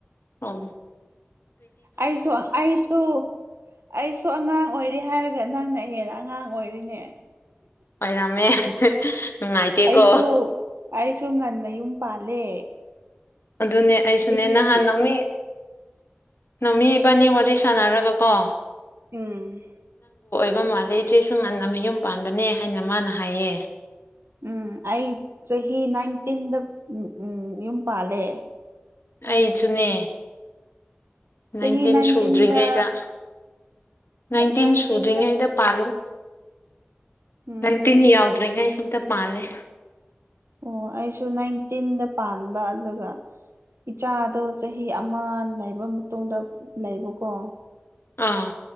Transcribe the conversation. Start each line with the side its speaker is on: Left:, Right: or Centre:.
Left: ꯎꯝ꯫
Right: ꯑꯩꯁꯨ ꯑꯩꯁꯨ ꯑꯩꯁꯨ ꯑꯉꯥꯡ ꯑꯣꯏꯔꯤ ꯍꯥꯏꯔ꯫ ꯅꯪꯅ ꯑꯩꯍꯦꯗ ꯑꯉꯥꯡ ꯑꯣꯏꯔꯦꯅꯦ꯫
Left: ꯑꯣꯏꯔꯝꯃꯦ ꯅꯨꯡꯉꯥꯏꯇꯦꯀꯣ꯫
Right: ꯑꯩꯁꯨ ꯑꯩꯁꯨ ꯉꯟꯅ ꯌꯨꯝ ꯄꯥꯜꯂꯦ꯫
Left: ꯑꯗꯨꯅꯦ ꯑꯩꯁꯨꯅꯦ
Right: ꯆꯍꯤ
Left: ꯅꯍꯥꯟꯅꯃꯤ ꯅꯃꯤ ꯏꯕꯥꯅꯤ ꯋꯥꯔꯤ ꯁꯥꯟꯅꯔꯒ ꯀꯣ
Right: ꯎꯝ
Left: ꯍꯥꯏꯕ ꯃꯥꯜꯂꯦ ꯏꯆꯦ ꯁꯨ ꯉꯟꯅꯥ ꯑꯃꯌꯨꯝ ꯄꯥꯟꯕꯅꯦ ꯍꯥꯏꯅ ꯃꯥꯅ ꯍꯥꯏꯌꯦ
Right: ꯎꯝ ꯑꯩ ꯆꯍꯤ ꯅꯥꯏꯟꯇꯤꯟꯗ ꯌꯨꯝ ꯄꯥꯜꯂꯦ
Left: ꯑꯩꯁꯨꯅꯦ
Right: ꯆꯍꯤ
Left: ꯅꯥꯏꯟꯇꯤꯟ
Right: ꯅꯥꯏꯟꯇꯤꯟꯗ
Left: ꯁꯨꯗ꯭ꯔꯤꯉꯩꯗ ꯅꯥꯏꯟꯇꯤꯟ
Right: ꯅꯥꯏꯟꯇꯤꯟꯗ
Left: ꯁꯨꯗ꯭ꯔꯤꯉꯩꯗ ꯄꯥꯜꯂꯤꯦ
Right: ꯎꯝ
Left: ꯅꯥꯏꯟꯇꯤꯟ ꯌꯥꯎꯗꯔ꯭ꯤ ꯉꯩꯗ ꯄꯥꯜꯂꯦ
Right: ꯑꯣ ꯑꯩꯁꯨ ꯅꯥꯏꯟꯇꯤꯟꯗ ꯄꯥꯟꯕ ꯑꯗꯨꯒ ꯏꯆꯥꯗꯣ ꯆꯍꯤ ꯑꯃ ꯂꯩꯕ ꯃꯇꯨꯡꯗ ꯂꯩꯕꯀꯣ
Left: ꯑꯥ